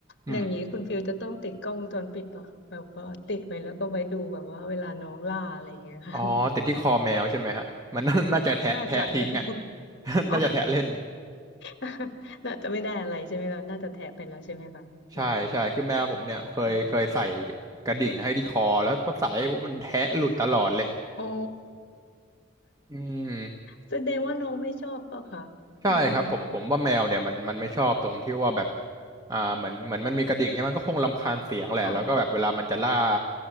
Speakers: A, on the right (about 15°); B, on the left (about 55°).
A: อืม
B: อย่างนี้คุณฟิลจะต้องติดกล้องวงจรปิดป่ะแบบว่าติดไว้แล้วก็ไว้ดูแบบว่าเวลาน้องล่าอะไรอย่างเงี้ยค่ะ
A: อ๋อติดที่คอแมวใช่ไหมฮะมันน่าน่าจะแทะแทะทิ้งอ่ะ
B: น่าจะนะ <laughs> คะ
A: <laughs>
B: อ๋อ
A: น่าจะแทะเล่น
B: <laughs> น่าจะไม่ได้อะไรใช่ไหมเราน่าจะแทะไปแล้วใช่ไหมคะอืม
A: ใช่ใช่คือแมวผมเนี่ยเคยเคยใส่
B: ค่ะ
A: กระดิ่งให้ที่คอแล้วพอใส่ปุ๊บมันแทะหลุดตลอดเลย
B: อ๋อ
A: อืม
B: แสดงว่าน้องไม่ชอบเปล่ะคะอืม
A: ใช่ครับผมผมว่าแมวเนี่ยมันมันไม่ชอบตรงที่ว่าแบบอ่าเหมือนเหมือนมันมีกระดิ่งใช่ไหมก็คงรำคาญเสียงแหละแล้วก็แบบเวลามันจะล่า
B: ค่ะ